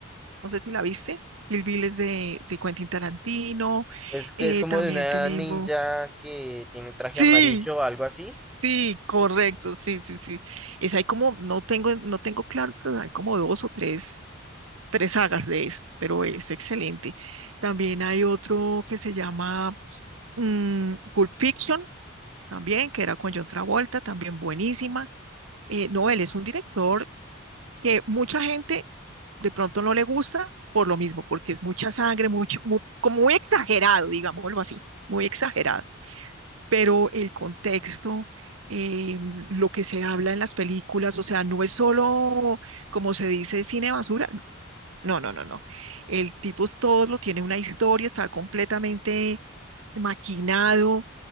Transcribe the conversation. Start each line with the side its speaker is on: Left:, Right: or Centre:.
Right: no sé si la viste. Kill Bill es de, de Quentin Tarantino.
Centre: Es que
Right: eh,
Centre: es como
Right: también
Centre: de una
Right: tenemos...
Centre: ninja que tiene traje
Right: Sí,
Centre: amarillo o algo así.
Right: Sí, correcto, sí, sí, sí. Es hay como, no tengo, no tengo claro, pero hay como dos o tres, tres sagas de eso, pero es excelente. También hay otro que se llama mm, Pulp Fiction, también, que era con John Travolta, también buenísima. Eh, no, él es un director que mucha gente de pronto no le gusta por lo mismo, porque es mucha sangre, mucho, mu- como muy exagerado, digámoslo así, muy exagerado pero el contexto, eh, lo que se habla en las películas, o sea, no es solo, como se dice, cine basura, no, no, no, no. no. El tipo es todo lo tiene una historia, está completamente maquinado.